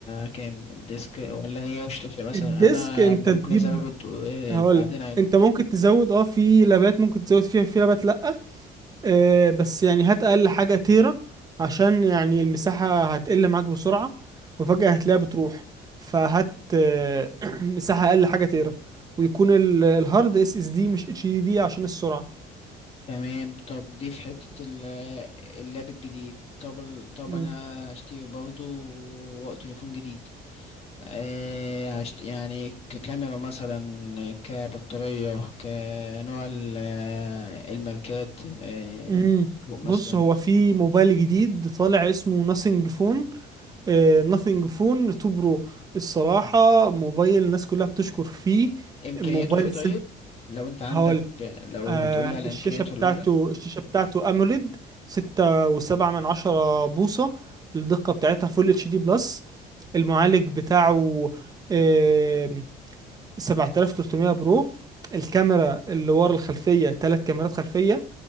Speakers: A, on the left; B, on the right.
A: كام الديسك ولا هي مش تفرق مثلا
B: الديسك
A: انا
B: انت
A: بقى
B: تجيب
A: ممكن ازود آه،
B: هقول
A: بعدين
B: انت ممكن تزود اه في لابات ممكن تزود فيها في لابات لا آه، بس يعني هات اقل حاجه تيرا عشان يعني المساحه هتقل معاك بسرعه وفجاه هتلاقيها بتروح فهات آه، <clears throat> مساحه اقل حاجه تيرا ويكون ال- الهارد اس اس دي مش اتش دي دي عشان السرعه
A: تمام طب دي في حتة ال- اللاب الجديد طب ال- طب
B: مم.
A: انا هشتري برضه تليفون جديد أه هشت... يعني ككاميرا مثلا كبطارية كنوع ال- الماركات أه
B: مم.
A: مثلا
B: بص هو في موبايل جديد طالع اسمه ناثينج فون ناثينج فون 2 برو الصراحه موبايل الناس كلها بتشكر فيه
A: امكانياته
B: موبايل
A: ايه طيب لو انت عندك
B: سهل
A: لو
B: آه
A: هتقولي
B: الشاشة
A: على امكانياته ولا
B: بتاعته
A: حاجة
B: الشاشة بتاعته أموليد ستة وسبعة من عشرة بوصة الدقة بتاعتها فول اتش دي بلس المعالج بتاعه آه 7300 برو الكاميرا اللي ورا الخلفية تلات كاميرات خلفية